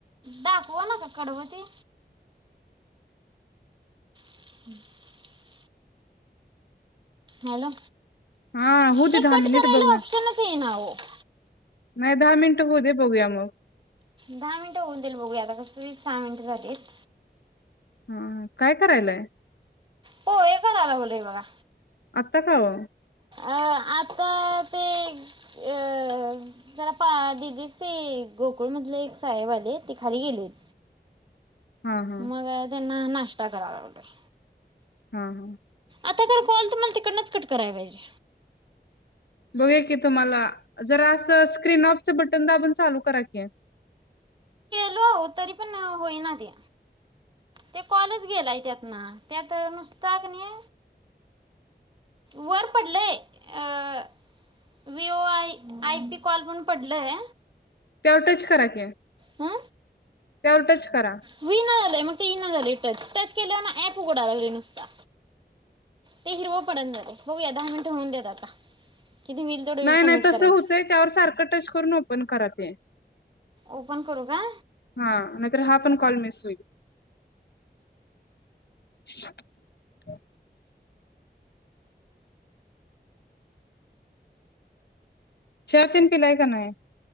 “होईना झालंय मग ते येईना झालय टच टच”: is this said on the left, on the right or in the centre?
Right